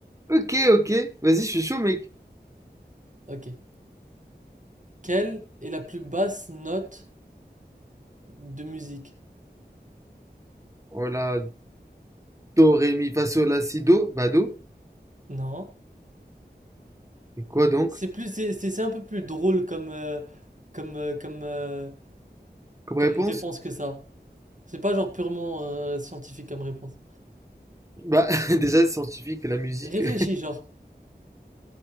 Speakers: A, on the right; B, on the right.
A: Ok, ok. Vas-y, je suis chaud, mec.
B: Ok. Quelle est la plus basse note de musique?
A: Voilà. Do, ré, mi, fa, sol, la, si, do. Bah, do.
B: Non.
A: Et quoi donc?
B: C'est plus, c'est, c'est c'est un peu plus drôle comme, euh, comme, euh, comme, euh,
A: Comme
B: comme
A: réponse?
B: réponse que ça. C'est pas genre purement euh, scientifique comme réponse.
A: Bah, <laughs> déjà, c'est scientifique, la musique.
B: Réfléchis,
A: <laughs>
B: genre,